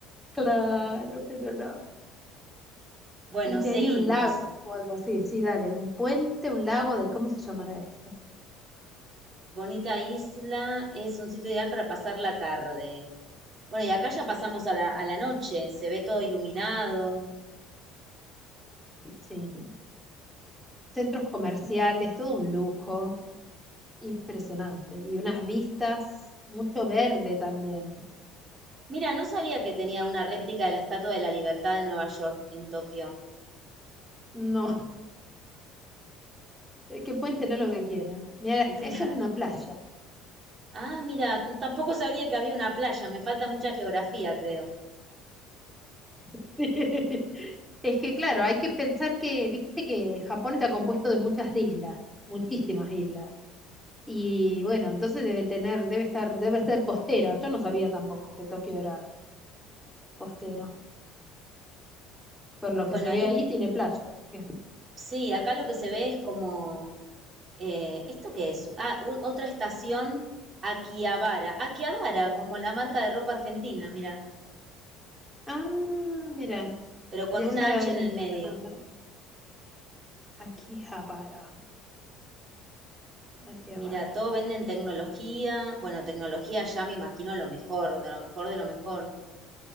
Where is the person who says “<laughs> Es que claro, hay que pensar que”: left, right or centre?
Centre